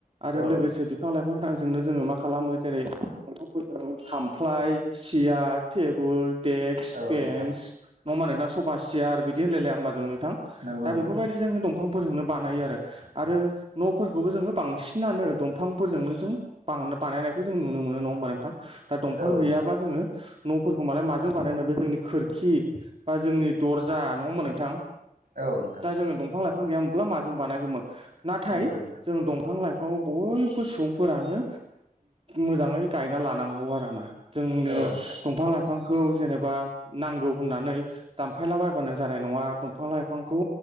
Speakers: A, on the right; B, on the right.
A: आरो
B: औ
A: लोगोसे
B: नोंथां
A: बिफां लाइफांदा जोंनो जोङो मा खालामो जेरै <unintelligible> खामफ्लाय सियार टेबोल। देक्स
B: औ
A: बेन्स
B: नोंथां
A: नङा होमबा नोंथां सफा सियार बिदि होनलायलाया होमबा जों नोंथां।
B: नंगौ
A: दा
B: नोंथां
A: बेफोरबायदि जो दंफांफोरजोंनो बानायो आरो। आरो न'फोरखौबो जोङो बांसिनानो दंफांफोरजोंनो जों। बां बानायनायखौ जों नुनो मोनो नङा होमबा नोंथां दा दंफां
B: औ
A: गैयाबा
B: नोंथां
A: जोङो न'फोरखौ मालाय माजों बानायनो बे जोंनि खोरखि बा जोंनि दरजा नङा होनबा नोंथां।
B: औ नोंथां
A: दा जोङो दंफां लाइफां गैयामोनब्ला माजों बानायगौमोन नाथाय
B: नंगौ नोंथां
A: जों दंफां लाइफां खौ बयबो सुबुंफोरानो मोजाङै गायना लानांगौ आरो ना। जोंनो
B: औ नोंथां
A: दंफां लाइफांखौ जेनेबा नांगौ होननानै दानफायला बायबानो जानाय नङा। दंफां लाइफांखौ